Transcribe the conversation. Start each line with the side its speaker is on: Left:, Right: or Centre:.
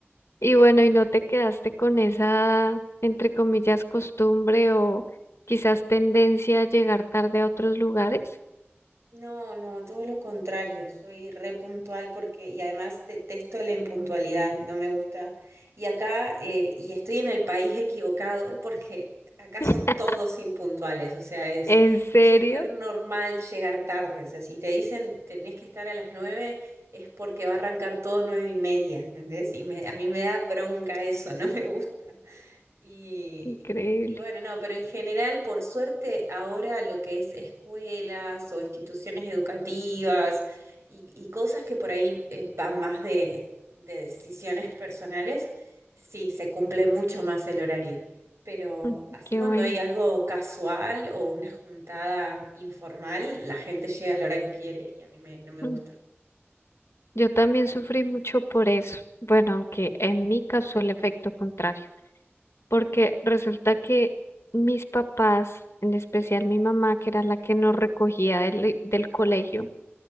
Left: Y bueno, ¿y no te quedaste con esa, entre comillas, costumbre o quizás tendencia a llegar tarde a otros lugares?
Right: No, no, todo lo contrario, soy re puntual porque, y además detesto la impuntualidad, no me gusta. Y acá, eh, y estoy en el país equivocado porque acá
Left: <laughs>
Right: son todos impuntuales, o sea, es
Left: ¿En serio?
Right: súper normal llegar tarde. O sea, si te dicen tenés que estar a las nueve, es porque va a arrancar todo nueve y media, ¿entendés? Y me- a mí me da bronca eso, <laughs> no me gusta. Y,
Left: Increíble.
Right: y bueno, no, pero en general, por suerte, ahora lo que es escuelas o instituciones educativas y, y cosas que por ahí eh, van más de, de decisiones personales, sí, se cumple mucho más el horario. Pero
Left: Mm,
Right: así
Left: Qué
Right: cuando
Left: bueno.
Right: hay algo casual o una juntada informal, la gente llega a la hora que quiere y a mí me- no me gusta.
Left: Mm, Yo también sufrí mucho por eso. Bueno, aunque en mi caso el efecto contrario. porque resulta que mis papás, en especial mi mamá, que era la que nos recogía del, del colegio,